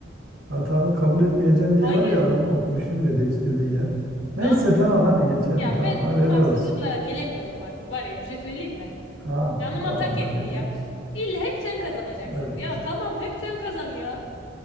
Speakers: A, on the right; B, on the left.
A: hatanı kabul etmeyeceğim diye
B: Hayır.
A: var ya adamın okunuşunu bile değiştirdin ya. Neyse
B: Da
A: tamam hadi geçelim
B: ya
A: tamam
B: ben
A: hadi
B: bu
A: öyle
B: haksızlıklara
A: olsun.
B: gelemiyorum artık var ya bir şey söyleyeyim mi?
A: Tamam
B: Canıma
A: Tamam
B: tak
A: hadi
B: etti
A: öyle
B: ya.
A: olsun.
B: İlla hep sen kazanacaksın.
A: Öyle olsun.
B: Ya tamam hep sen kazan ya.